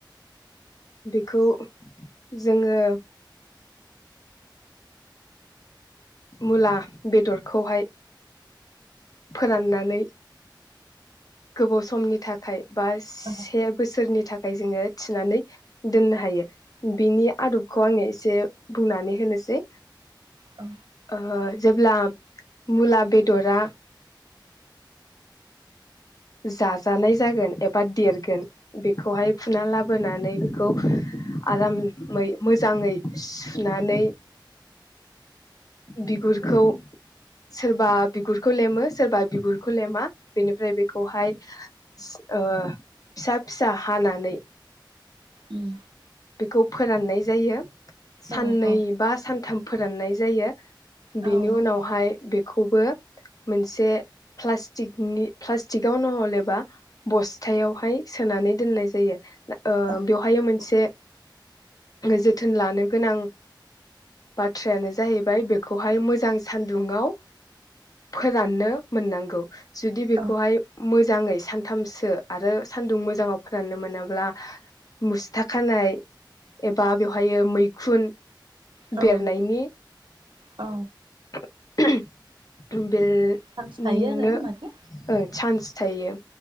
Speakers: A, on the left; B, on the right.
A: बेखौ जोङो मुला बेदरखौहाय फोराननानै गोबाव समनि थाखाय। बा से
B: औ
A: बोसोरनि थाखाय जोङो। थिनानै दोननो हायो। बिनि आदबखौ आङो एसे एसे बुंनानै होनोसै।
B: औ
A: ओ जेब्ला मुला बेदरा जाजानाय जागोन एबा देरगोन। बेखौहाय फुना लाबोनानै खौ आरामै मोजाङै सुनानै बिगुरखौ सोरबा बिगुरखौ लेमो सोरबा बिगुरखौ लेमा बेनिफ्राय बे खौहाय सि ओ- फिसा फिसा हानानै
B: उम
A: बेखौ फोराननाय जायो। साननै
B: औ औ
A: बा सानथाम फोराननाय जायो।
B: औ
A: बेनि उनावहाय बे खौबो मोनसे प्लास्टिकनि प्लास्टिकआव नहलेबा बस्थायावहाय सोनानै दोननाय जायो। ओ-बेवहाय
B: औ
A: मोनसे जोथोन लानो गोनां बाथ्रायानो जाहैबाय बेखौहाय मोजां सानदुंआव फोराननो मोननांगौ। जुदि बेखौहाय
B: औ
A: मोजाङै सानथामसो आरो सान्दुं मोजाङाव फोराननो मोनाब्ला मुसथा खानाय एबा बेवहायो मैखुन
B: औ
A: बेरनायनि
B: औ
A: <unintelligible> बेे
B: चान्स
A: उं
B: थायो आरो
A: नो
B: माने
A: चान्स थायो।